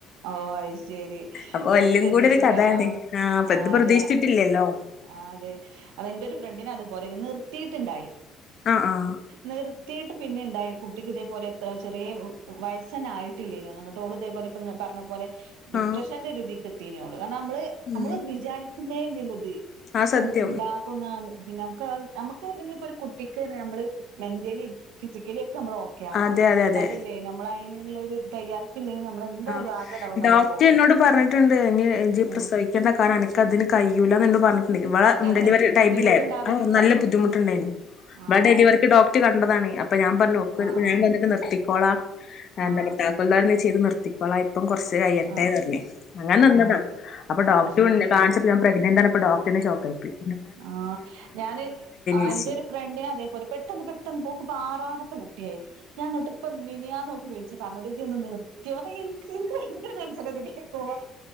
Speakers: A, on the right; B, on the left.
A: ഓ അയിശേരി
B: അപ്പൊ
A: നമ്മള്
B: എല്ലും
A: പ്രതീക്ഷിക്കാത
B: കൂടെ ഒരു കഥയാണ്
A: ആ
B: ആഹ് അപ്പൊ
A: ആ
B: ഇത് പ്രതീക്ഷിച്ചിട്ടില്ലല്ലോ
A: അതാണ് ആ അതെ അതെന്റ ഒരു ഫ്രണ്ട്ന് അതുപോലെ നിർത്തിട്ട് ണ്ടായി
B: ആഹ് ആഹ്
A: നിർത്തീട്ട് പിന്നെ ഇതായ കുട്ടിക്ക് ഇതേപോലെ ചെറിയ വയസൊന്നുംആയിട്ടില്ലേനു നിട്ട് ഓൾ ഇതേപോലെ പറഞ്ഞപോലെ ഡിപ്രഷന്റെ
B: ആഹ്
A: ഒരുതിക്ക് എത്തീനി ഓള്ള് കാരണം നമ്മള്
B: ഉം
A: നമ്മള് വിചാരിക്കുന്നേ ഇല്ല്യല്ലോ ഇത്
B: ആ സത്യം
A: ന്ന്ണ്ടാകുന്ന പിന്നെ നമക്ക് നമക്ക് പിന്നെ ഒരു കുട്ടിക്ക് നമ്മള് മെന്റലിം ഫിസിക്കലിം നമ്മൾ ഓക്കെ ആവണം
B: അതെ അതെ അതെ
A: ഇന്നലല്ലേ നമ്മള അയിനുള്ള ഒരു തയ്യാർപ്പ് ഇല്ലെങ്കിൽ നമ്മൾ എന്തായാലും
B: ആ
A: ആകെ ഡൗൺ
B: ഡോക്ടർ
A: ആയി പോകും
B: എന്നോട് പറഞ്ഞിട്ടുണ്ട് ഇനി ജി പ്രസവിക്കേണ്ട
A: ഉം
B: കാരണം അനക്ക് അതിന് കയൂല്ലന്ന് ഇന്നോട് പറഞ്ഞിട്ട്ണ്ട് ഇവളെ
A: എങ്ങനെ
B: ഡെലിവറി ടൈമിലെ
A: ബുദ്ധിമുട്ടുണ്ടാവലുണ്ടോ
B: നല്ല ബുദ്ധിമുട്ടുണ്ടായിനി ഇവളെ
A: ആണോ
B: ഡെലിവറിക്ക് ഡോക്ടറ് കണ്ടതാണ് അപ്പ ഞാൻ പറഞ്ഞു
A: ആഹ്
B: ഞാൻ ഇത് നിർത്തിക്കോള
A: ആഹ്
B: എന്ത
A: ആഹ്
B: താക്കോൽദാരനെ ചെയ്ത് നിർ തിക്കോളാ ഇപ്പം കുറച്ച് കയ്യട്ടെന്
A: ആഹ്
B: പറഞ് അങ്ങനെ
A: ആഹ്
B: നിന്നതാ
A: അതെ
B: അപ്പൊ
A: അത്
B: ഡോക്ടർ
A: ശരി
B: കാണ്ച്ചപ്പോ ഞാൻ പ്രെഗ്നന്റ് പ്പോ ഡോക്ടറെന്നെ ഷോക്കായിപോയി
A: ആ ഞാന് ആ
B: ചോദിച്ച്
A: എന്റെ ഒരു ഫ്രണ്ടിന് അതേപോലെ പെട്ടെന്ന് പെട്ടെന്ന് പോ ആറാമത്തെ കുട്ടിയായി ഞാൻ എന്നിട്ടിപ്പോ മിനിയാന്ന് ഓക്ക് വിളിച്ചു പറഞ് ഇജ്ജ് ഒന്ന് നിർത്തിയോ <unintelligible> ഭയങ്കര ടെൻഷൻ കേക്കുമ്പോ